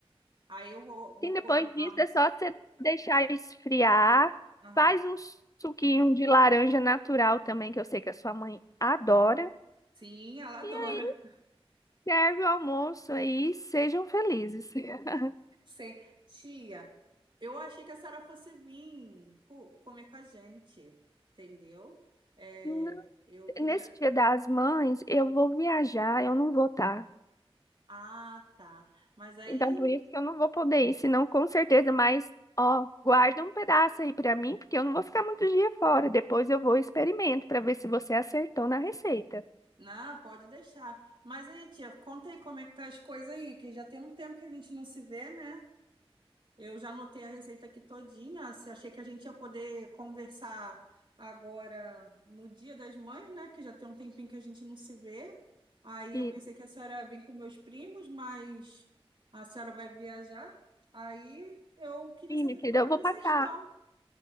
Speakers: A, on the right (about 55°); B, on the left (about 35°).
A: Aí eu vou, vou
B: Sim, depois
A: pôr a,
B: disso
A: a mus-
B: é só você deixar esfriar.
A: Aham.
B: Faz um suquinho de laranja natural também, que eu sei que a sua mãe adora.
A: Sim, ela adora.
B: E serve o almoço aí, sejam felizes. <laughs>
A: <laughs> Sim. Tia, eu achei que a senhora fosse vir co- comer com a gente, entendeu? É,
B: Não-
A: eu queria.
B: Nesse Dia das Mães, eu vou viajar, eu não vou estar.
A: Ah, tá. Mas aí,
B: Então, por isso que eu não vou poder ir, senão com certeza, mas ó, guarda um pedaço aí pra mim, porque eu não vou ficar muito dia fora. Depois eu vou e experimento pra ver se você acertou na receita.
A: não, pode deixar. Mas aí, tia, conta aí como é que tá as coisas aí, que já tem um tempo que a gente não se vê, né? Eu já anotei a receita aqui todinha. Se achei que a gente ia poder conversar agora no Dia das Mães, né? Que já tem um tempinho que a gente não se vê. Aí
B: E,
A: eu pensei que a senhora vem com meus primos, mas a senhora vai viajar. Aí eu queria
B: sim,
A: saber
B: minha querida,
A: como é
B: eu
A: que
B: vou
A: vocês
B: passar
A: estão.